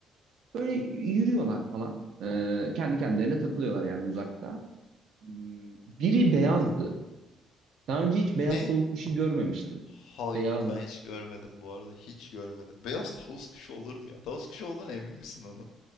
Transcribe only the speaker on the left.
Ne?
Hayır
ben hiç görmedim bu arada. Hiç görmedim. Beyaz tavus kuşu olur mu ya? Tavus kuşu olduğuna emin misin onun?